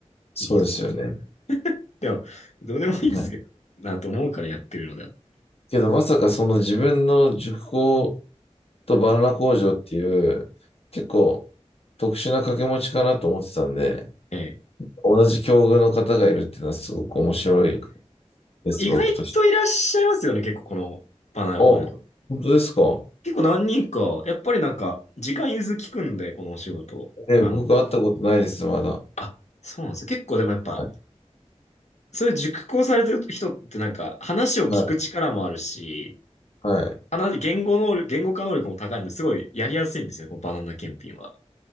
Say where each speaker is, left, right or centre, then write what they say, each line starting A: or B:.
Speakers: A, on the left; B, on the left.
A: 気にそうですよって
B: そうですよね。
A: でも、どうでもいいですけど、
B: はい。
A: なと思うからやってるのであって、
B: けどまさかその自分の塾講とバナナ工場っていう結構特殊な掛け持ちかなと思ってたんで、
A: ええ、
B: 同じ境遇の方がいるっていうのはすごく面白いです、
A: 意外といらっしゃいますよね、
B: 僕として。
A: 結構このバナナ工場と
B: あ、本当ですか。
A: 結構何人か、やっぱりなんか、時間融通きくんで、このお仕事。
B: ね、
A: あの、
B: 僕会ったことないです、まだ。
A: あ、そうなんですよ。結構でもやっぱ、
B: はい。
A: そういう熟考されてる人ってなんか、話を聞く力もあるし、
B: はい。はい
A: 話、言語能力、言語化能力も高いので、すごいやりやすいんですよね、このバナナ検品は。